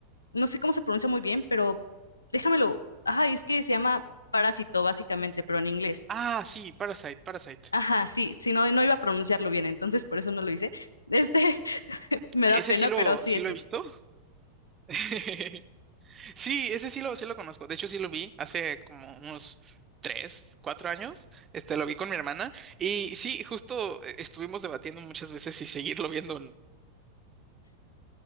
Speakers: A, on the left; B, on the right.
A: no sé cómo se pronuncia muy bien, pero déjamelo. Ajá, es que se llama Parásito, básicamente, pero en inglés.
B: Ah, sí, Parasite, Parasite.
A: Ajá, sí, sí, no, no iba a pronunciarlo bien, entonces por eso no lo hice. Este, <laughs> me
B: Ese
A: da pena,
B: sí lo,
A: pero sí,
B: sí
A: ese.
B: lo he visto. <laughs> Sí, ese sí lo, sí lo conozco. De hecho, sí lo vi hace como unos tres, cuatro años. Este, lo vi con mi hermana. Y sí, justo eh, estuvimos debatiendo muchas veces si seguirlo viendo o no.